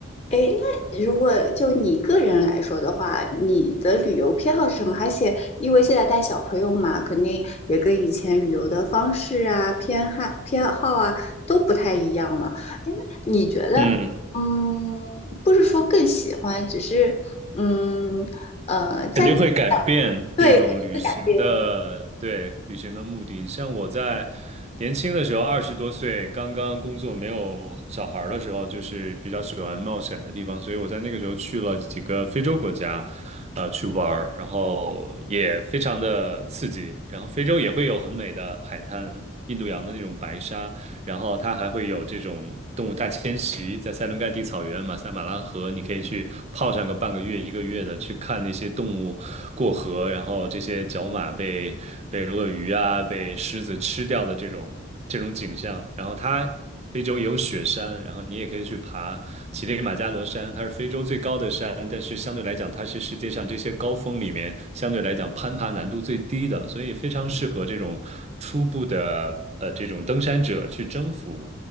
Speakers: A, on the left (about 30°); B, on the right (about 35°).
A: 诶，那如果就你个人来说的话，你的旅游偏好是什么？而且因为现在带小朋友嘛，肯定也跟以前旅游的方式啊、偏好偏好啊都不太一样了。诶，那你觉得，
B: 嗯。
A: 嗯，不是说更喜欢，只是嗯呃，在
B: 肯定会改变这种旅行的，
A: 对肯定会改变。
B: 对，旅行的目的。像我在年轻的时候，二十多岁，刚刚工作没有小孩儿的时候，就是比较喜欢冒险的地方，所以我在那个时候去了几个非洲国家，呃，去玩儿，然后也非常的刺激。然后非洲也会有很美的海滩，印度洋的那种白沙，然后它还会有这种动物大迁徙，在塞伦盖蒂草原、马赛马拉河，你可以去泡上个半个月、一个月的，去看那些动物过河，然后这些角马被被鳄鱼啊、被狮子吃掉的这种这种景象。然后它非洲也有雪山，然后你也可以去爬乞力马扎罗山，它是非洲最高的山，但是相对来讲，它是世界上这些高峰里面相对来讲攀爬难度最低的，所以非常适合这种初步的呃这种登山者去征服。